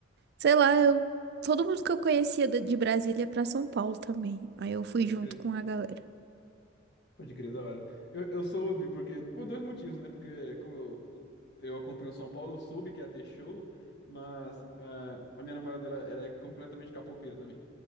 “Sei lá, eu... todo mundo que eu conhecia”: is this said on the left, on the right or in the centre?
Right